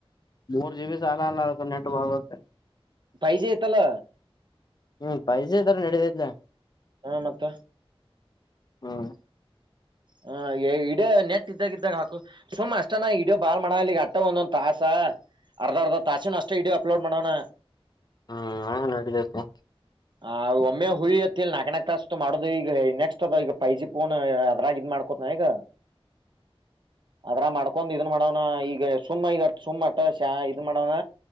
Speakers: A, on the left; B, on the right.
A: ಮೂರ್ ಜಿ ಬಿ ಸಾಲ ಅಲ್ಲ ಅದಕ್ಕೆ ನೆಟ್ <unintelligible>
B: ಫೈವ್ ಜಿ ಇತಲ್ಲ.
A: ಹ್ಮ್ ಫೈವ್ ಜಿ ಇದ್ರೆ ನಡಿತೈತ್ ಲೇ
B: ಹಾ ಮತ್ತ
A: ಹ್ಮ್.
B: ಹ ಇಡ ನೆಟ್ ಇದ್ದಾಗ ಇದ್ದಾಗ ಹಾಕು ಸುಮ್ ಅಷ್ಟನ ಇಡ ಬಾಳ್ ಮಾಡಲಿ ಅಟ್ಟ ಒಂದೊಂದ್ ತಾಸ ಅರ್ಧ ಅರ್ಧ ತಾಸೆನು ಅಷ್ಟೇ ವಿಡಿಯೋ ಅಪ್ಲೋಡ್ ಮಾಡೋಣ
A: ಹ್ಮ್ ನಾ ನೋಡಬೇಕು
B: ಆ ಒಮ್ಮೆ ಹುರಿ ಅತ್ತಿಲ್ ನಾಕನಕ್ ಕಾಸ್ ಮಾಡೋ ಈಗ ನೆಕ್ಸ್ಟ್ ಅದ್ ಈಗ ಪೈಜಿ ಪೋನ್ ಅದ್ರಾಗ ಇದ್ ಮಾಡು. ಕೊತಾಯಗ ಅದ್ರ ಮಾಡ್ಕೊಂಡ್ ಇದನ್ ಮಾಡವ್ನ ಈಗ ಸುಮ್ಮ್ ಈಗ ಸುಮ್ಮ ಅಟ್ಟಷ ಇದ್ ಮಾಡವ್ನ.